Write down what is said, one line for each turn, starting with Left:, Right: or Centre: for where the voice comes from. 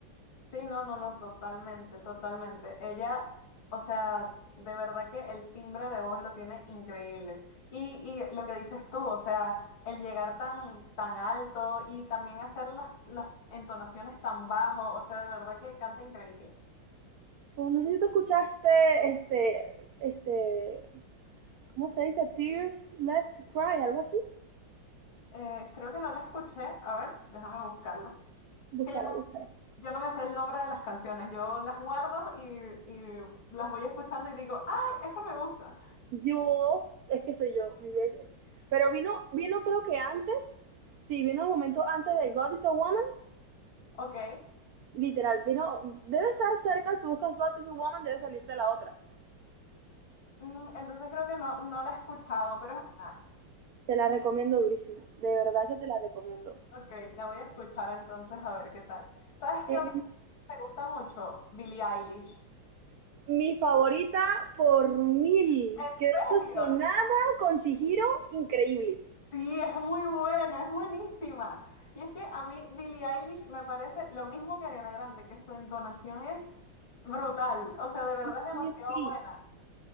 Left: Sí, no, no, no, totalmente, totalmente. Ella, o sea, de verdad que el timbre de voz lo tiene increíble. Y, y lo que dices tú, o sea, el llegar tan, tan alto y también hacer las, las entonaciones tan bajo, o sea, de verdad que canta increíble.
Right: Pues no sé si tú escuchaste este, este, ¿cómo se dice? Tears Left to Cry, algo así.
Left: Eh, creo que no la escuché, a ver, déjame buscarla.
Right: Búscala,
Left: que yo,
Right: búscala.
Left: yo no me sé el nombre de las canciones, yo las guardo y, y las voy escuchando y digo, ¡ay, esta me gusta!
Right: Yo, es que soy yo, mil veces. Pero vino, vino creo que antes, sí, vino el momento antes de God is a Woman,
Left: Ok.
Right: Literal, vino, debe estar cerca, si buscas Batman y Woman, debe salir de la otra.
Left: Mm, Entonces creo que no, no la he escuchado, pero es buena.
Right: Te la recomiendo durísimo, de verdad que te la recomiendo.
Left: Ok, la voy a escuchar entonces a ver qué tal. ¿Sabes
Right: Eh,
Left: qué otra me gusta mucho? Billie Eilish.
Right: mi favorita por mil.
Left: ¿En
Right: Quedé obsesionada
Left: serio?
Right: con Shihiro, increíble.
Left: Sí, es muy buena, es buenísima. Y es que a mí Billie Eilish me parece lo mismo que Ariana Grande, que su entonación es brutal, o sea, de verdad
Right: Sí,
Left: es demasiado
Right: sí, sí.
Left: buena,